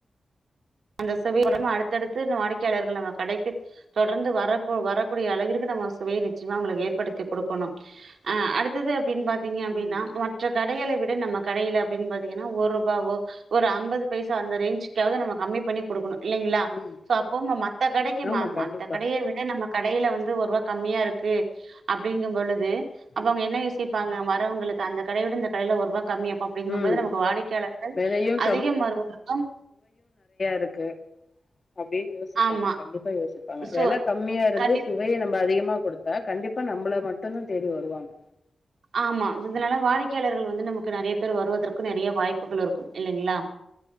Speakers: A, on the right; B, on the left.
A: அந்த சுவை உ அடுத்தடுத்து அந்த வாடிக்கையாளர்கள் நம்ம கடைக்கு தொடர்ந்து வரக்கு வரக்கூடிய அளவிற்கு நம்ம சுவைய நிச்சயமா அவங்களுக்கு ஏற்படுத்தி குடுக்கணு அ அடுத்தது அப்டின்னு பா திங்க அப்டின்னா
B: ம்,
A: மற்ற க கடைகளை விட நம்ம கடையில அப்டினு பாத்திங்கன்னா ஒரு ருபாவோ ஒரு அம்பது பைசா அந்த ரேஞ்சுக்காவுது நம்ம கம்மி பண்ணி குடுக் குனு இல்லைங்களா
B: ம்.
A: சோ அப்போ ம மத்த கடைக்கு
B: ஆமா,
A: ம மத்த
B: கண்டிப்பா.
A: கடைய விட நம்ம கடையில வந்து ஒர்ருவா கம்மியா இருக்கு அப்பிடிங்கும் பொழுது அப்ப
B: ம்,
A: அவங்க என்ன யோசிப் பாங்க வரவங்களுக்கு அந்த கடையோட இந்த கடைல ஒருபா கம்மி அப்ப அப்டிங்கும்போது
B: ம்.
A: நமக்கு வாடிக்கையாளர்கள்
B: வெலையும்
A: அதிகம் வருவதற்கும்
B: க்கு அப்டின்னு யோசிப்பாங்க
A: ஆமா
B: கண்டிப்பா யோசிப்பாங்க
A: சோ
B: வெல கம்மியாருந்து
A: கண்டிப்
B: சுவைய நம்ப அதிக மா குடுத்த கண்டிப்பா நம்பள மட்டு தா தேடி வருவாங்க
A: ஆமா இது இதனால வாடிக்கையாளர்கள் வந்து நமக்கு நெறைய பேர் வருவதற்கு நெறைய வாய்ப்புகள் இருக்கும் இல்லைங்களா